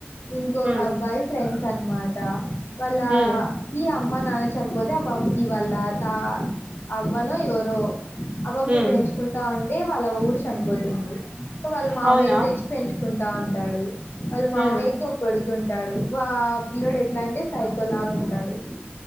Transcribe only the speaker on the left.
ఇంకొక
అబ్బాయి ఫ్రెండ్స్ అనమాట వాళ్ళ
కి అమ్మానాచ్ చనిపోతే ఆ బాబకి వాళ్ళ తా అవ్వనో ఎవరో అబ్బాబుని
పెంచుకుంటా ఉంటే వాళ్ళ అవ్వ కూడా చనిపోతున్ది సో వాళ్ళ మా
అమయ్య తెచ్చి పెంచు కుంటా ఉంటాడు వాళ్ళు మావయ్యకి
ఒకడు ఉంటాడు వా పిల్లడు ఎట్లా అంటే సైకోలాగ ఉంటాడు